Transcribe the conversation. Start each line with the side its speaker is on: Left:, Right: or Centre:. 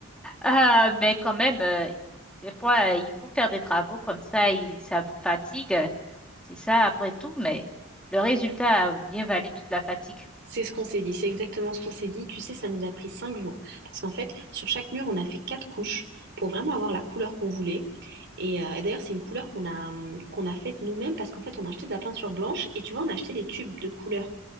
Centre: Euh, mais quand même, euh, des fois, euh, il faut faire des travaux comme ça, et ça vous fatigue, c'est ça après tout, mais le résultat a bien valu toute la fatigue.
Right: C'est ce qu'on s'est dit. C'est exactement ce qu'on s'est dit. Tu sais, ça nous a pris cinq jours. Parce qu'en fait, sur chaque mur, on a fait quatre couches pour vraiment avoir la couleur qu'on voulait. Et, euh, et d'ailleurs, c'est une couleur qu'on a, hum, qu'on a faite nous-mêmes parce qu'en fait, on a acheté de la peinture blanche et tu vois, on a acheté les tubes de couleurs.